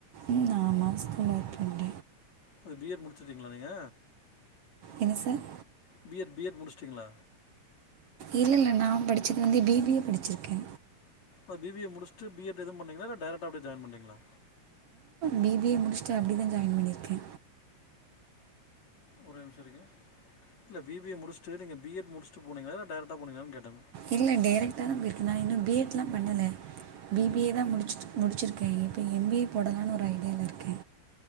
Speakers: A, on the right; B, on the left.
A: ம் ஆமா <unintelligible> பண்ற
B: அது பி எட் முடிச்சிடீங்களா நீங்க
A: என்ன sir
B: B Ed B Ed முடிச்சிட்டிங்களா
A: இல்லல்ல நா படிச்சது வந்து பி பி ஏ படிச்சிருக்கே
B: ஆ பி பி ஏ முடிச்சுட்டு பி எட் எதும் பண்ணீங்களா இல்ல டைரக்டா அப்டியே ஜாய்ன் பண்ணிடிங்களா
A: பி பி ஏ முடிச்சுடு அப்டி தா ஜாய்ன் பண்ணிருக்க
B: ஒரே நிம்ஷ இருக்குங்க இல்ல பி பி ஏ முடிச்சுட்டு நீங்க பி எட் முடிச்சுட்டு போனீங்களா இல்ல டேரக்டா போனீங்களான்னு கேட்ட
A: இல்ல டேரக்டாதா போயிருக்க நா இன்னு பி எட்லா பண்ணல பி
B: ம்.
A: பி ஏ தா முடிச்சுட்டு முடிச்சிருக்கே இப்ப எம் பி ஏ போடலான்னு ஒரு ஐடியால இருக்கே